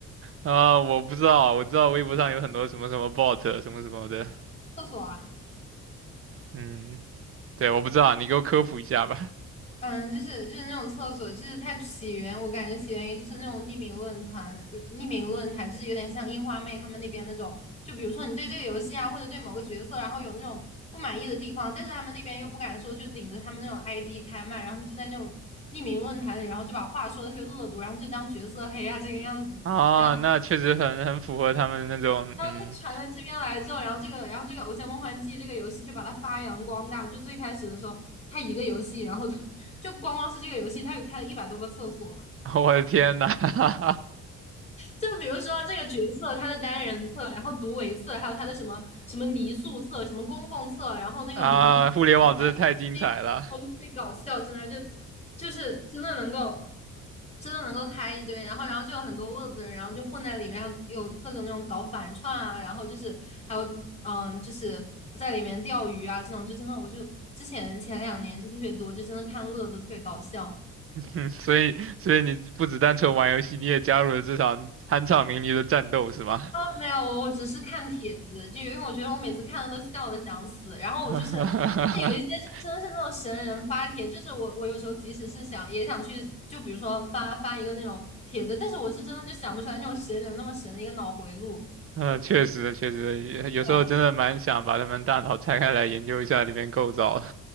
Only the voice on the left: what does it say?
厕所啊，
嗯，就是就是那种厕所，就是它起源，我感觉起源于就是那种匿名论坛，呃匿名论坛就是有点像樱花妹他们那边那种，就比如说你对这个游戏啊，或者对某个角色，然后有那种不满意的地方，但是他们那边又不敢说，就顶着他们那种 ID 开麦，然后他们就在那种匿名论坛里，然后就把话说的特别恶毒，然后就当角色黑啊这个样子。
然后。
然后就传到这边来之后，
然后这个，然后这个《偶像梦幻祭》这个游戏就把它发扬光大。就最开始的时候，它一个游戏，然后它就光光是这个游戏，它有开了一百多个厕所。
就比如说这个角色他的单人册，然后独维册，还有他的什么什么泥塑册、什么公共册，然后那个嬷嬷，
然后还有 c 好，特最搞笑，真的就就是真的能够真的能够开一堆，然后然后就有很多乐子人，然后就混在里面，然后有各种那种搞反串啊，然后就是还有嗯，就是在里面钓鱼啊这种，就真的我就之前前两年就特别多，就真的看乐子特别搞笑。
哦，没有，我我只是看帖子，就因为我觉得我每次看的都笑的想死。然后我就是，
那有一些是真的是那种神人发帖，就是我我有时候即使是想也想去，就比如说发发一个那种帖子，但是我是真的就想不出来那种神人那么神的一个脑回路。
对